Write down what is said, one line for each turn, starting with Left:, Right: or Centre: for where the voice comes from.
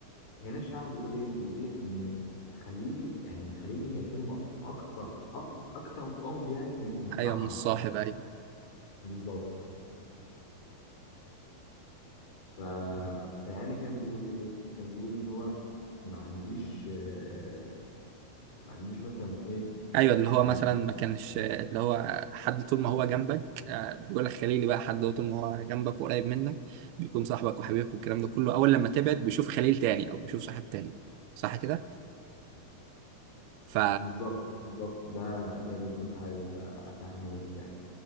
Left: هنا الشاعر بيقول ايه بيقول ان خليلي يعني خليلي هي كلمة اكتر أك- اكتر قرب يعني من من صاحبي
Right: ايوه مش صاحب ايوه
Left: بالظبط ف... فيعني كان بيقول ايه كان بيقول ان هو ما عنديش آه، ما عنديش مثلا ايه
Right: ايوه اللي هو
Left: ما
Right: مثلا
Left: عنديش
Right: ما كانش اللي هو حد طول ما هو جنبك آه، بيقول لك خليلي بقى حد هو طول ما هو جنبك وقريب منك بيكون صاحبك وحبيبك والكلام ده كله اول لما تبعد بيشوف خليل تاني او بيشوف صاحب تاني صح كده ف
Left: بالظبط بالظبط ده ده اللي كنت عايز افهمه لك يعني